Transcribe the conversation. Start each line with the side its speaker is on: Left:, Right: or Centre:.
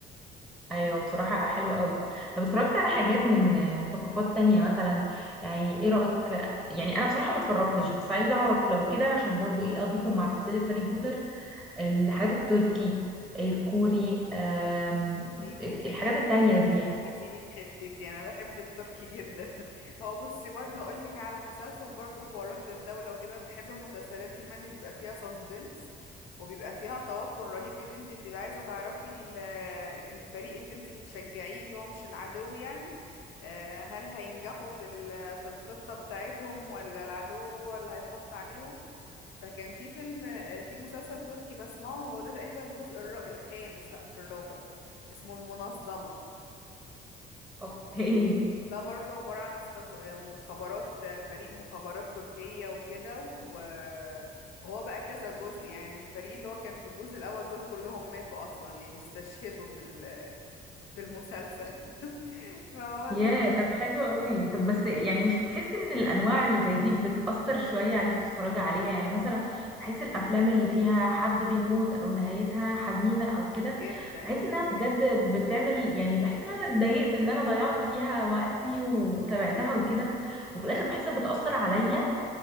Centre: ايوه بصراحه حلو قوي طب اتفرجت على حاجات من من ثقافات تانية مثلا يعني ايه رايك يعني انا بصراحه ما اتفرجتش بس عايزه اعرف لو كده عشان برضو ايه اضيفه مع سلسله هاري بوتر الحاجات التركي الكوري آم،
Left: دي جيتيلي
Centre: الحاجات التانية دي يعني
Left: جيتيلي في حتتي انا بحب التركي جدا <laughs> هو بصي برضه هقول لك على مسلسل برضه حوارات الدولة وكده بحب المسلسلات دي من بيبقى فيها ساسبنس وبيبقى فيها توتر رهيب ان انت بتبقى عايزة تعرفي ال- الفريق اللي انت بتشجعيه اللي هو مش العدو يعني آه، هل هينجحوا في ال- في الخطة بتاعتهم ولا العدو هو اللي هيحط عليهم فكان في فيلم آه، في مسلسل تركي بسمعه هو ده تقريبا الجزء الر- الخامس لا مش الرابع اسمه المنظمة
Centre: اوكي
Left: ده برضو عبارة عن استغ... مخابرات فريق مخابرات تركية وكده و... وهو بقى كذا جزء يعني الفريق اللي هو كان في الجزء الأول دول كلهم ماتوا أصلا يعني استشهدوا بال... في المسلسل <laughs> فهو الم-
Centre: ياه طب حلو قوي طب بس يعني مش بتحس ان الانواع اللي زي دي بتأثر شوية عليك بتتفرجي عليها يعني مثلا بحس الافلام اللي فيها حد بيموت او نهايتها حزينة او كده
Left: جدا
Centre: بحس انها بجد بتعمل يعني بحس ان انا اتضايقت ان انا ضيعت فيها وقتي وتابعتها وكده وفي الاخر بحس انها بتأثر عليا